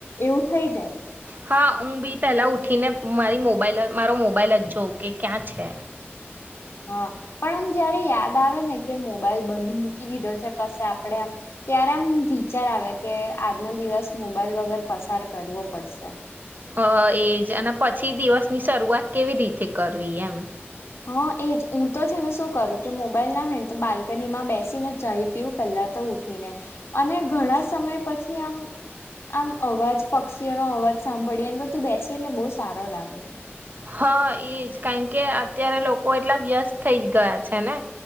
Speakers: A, on the left; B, on the right.
A: એવું થઈ જાય
B: હા ઊ બી પેલા ઉઠી ને મારી મોબાઈલ મારો મોબાઈલ જોં કે ક્યાં છે.
A: હા, પણ આમ જયારે યાદ આવે ને કે મોબાઈલ બંધ મૂકી દીધો છે કશે આપડે આમ, ત્યારે આમ વિચાર આવે કે આજનો દિવસ મોબાઈલ વગર પસાર કરવો પડશે.
B: અ એજ અને પછી દિવસની શરૂઆત કેવી રીતે કરવી એમ.
A: હા એજ હું તો છે ને શું કરું કે મોબાઈલ ના હોય ને તો બાલ્કનીમાં બેસીને ચાઈ પીવુ પેલા તો ઉઠીને, અને ઘણા સમય પછી આમ આમ અવાજ પક્ષીઓનો અવાજ સાંભળીએ ને બધું બેસી એટલે બહુ સારો લાગે.
B: હા એજ કારણ કે અત્યારે લોકો એટલા વ્યસ્ત થઈ ગયા છે ને,